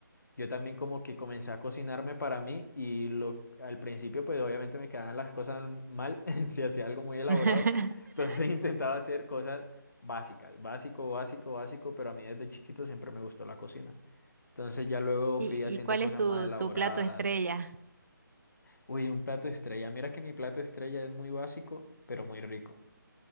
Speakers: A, on the left; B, on the right.
A: yo también como que comencé a cocinarme para mí y lo, al principio pues obviamente me quedaban las cosas mal <laughs> si hacía algo muy elaborado.
B: <laughs>
A: Entonces <laughs> intentaba hacer cosas básicas, básico, básico, básico, pero a mí desde chiquito siempre me gustó la cocina. Entonces ya luego
B: ¿Y,
A: fui haciendo
B: y cuál
A: cosas
B: es tu,
A: más elaboradas.
B: tu plato estrella?
A: Uy, un plato estrella. Mira que mi plato estrella es muy básico, pero muy rico.